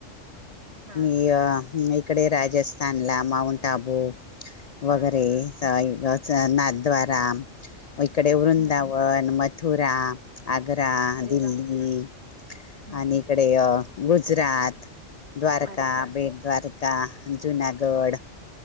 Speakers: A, on the right (about 55°); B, on the left (about 85°).
A: हा
B: मी
A: हा
B: अ इकडे राजस्थानला माउंट आबू वगैरे
A: हा हा
B: नाथ द्वारा इकडे वृंदा
A: हम्म हम्म
B: पण मथुरा आगरा
A: अरे
B: दिल्ली
A: वा हम्म
B: आणि
A: हम्म
B: इकडे
A: हम्म
B: अ गुजरात द्वारका
A: अरे वा
B: बी द्वारका का जुनागढ
A: हम्म